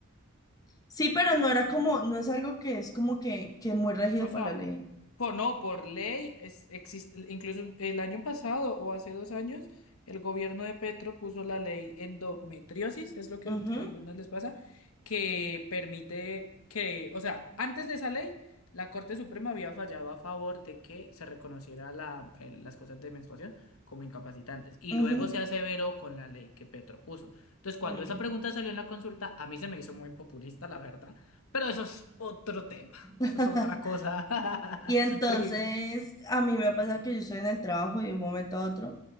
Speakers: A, on the left; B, on the left.
A: Sí, pero no era como, no es algo que es como que, que muy regido
B: O sea,
A: por la ley.
B: po- no, por ley, es, existe, incluso el año pasado o hace dos años, el gobierno de Petro puso la ley endometriosis, es lo que
A: Ujú,
B: a algunos les pasa, que permite que, o sea, antes de esa ley, la Corte Suprema había fallado a favor de que se reconociera la, eh, las cosas de menstruación como incapacitantes. Y
A: ujú,
B: luego se aseveró con la ley que Petro puso. Entonces, cuando
A: mm.
B: esa pregunta salió en la consulta, a mí se me hizo muy populista, la verdad, pero eso es otro tema.
A: <laughs>
B: Eso es otra cosa. <laughs>
A: Y entonces
B: Porque,
A: a mí me pasa que yo estoy en el trabajo y de un momento a otro